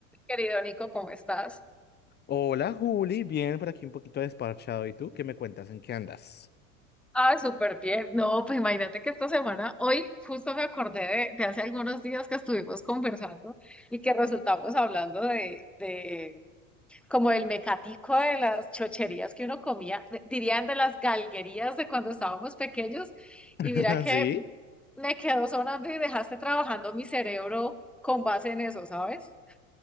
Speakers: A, in the centre; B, on the left (about 25°).
A: Querido Nico, ¿cómo estás?
B: Hola Juli, bien por aquí un poquito desparchado. ¿Y tú qué me cuentas? ¿En qué andas?
A: Ah, súper bien. No, pues imagínate que esta semana, hoy justo me acordé de, de hace algunos días que estuvimos conversando y que resultamos hablando de, de como el mecatico de las chocherías que uno comía, de- dirían de las galguerías de cuando estábamos pequeños. Y
B: <laughs>
A: mira que
B: ¿Sí?
A: me quedó sonando y dejaste trabajando mi cerebro con base en eso, ¿sabes?